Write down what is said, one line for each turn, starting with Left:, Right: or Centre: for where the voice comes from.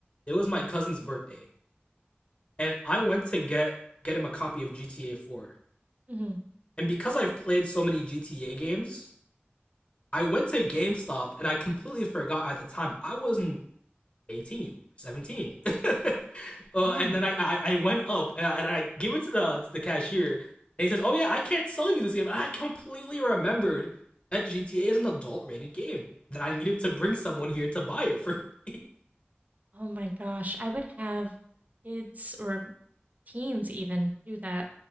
Left: it was my cousin's birthday, and I went to get get him a copy of GTA 4.
Right: hmm
Left: And because I've played so many GTA games, I went to GameStop and I completely forgot at the time I wasn't 18 or 17 <laughs> uh,
Right: Oh,
Left: and then I, I i went up and I, and I give it to the to the cashier and he says oh yeah i can't sell you this game And i completely remembered that gta is an adult rated game that i needed to bring someone here to buy it for me
Right: oh my gosh. I would have kids or teens even do that.